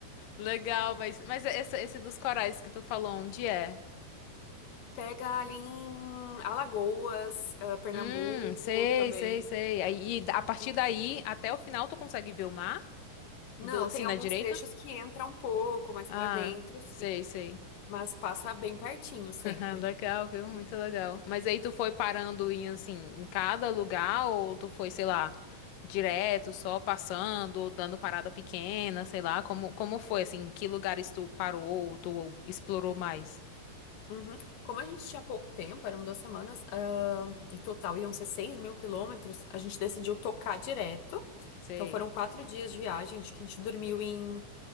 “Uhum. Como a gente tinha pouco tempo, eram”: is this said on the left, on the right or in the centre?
Left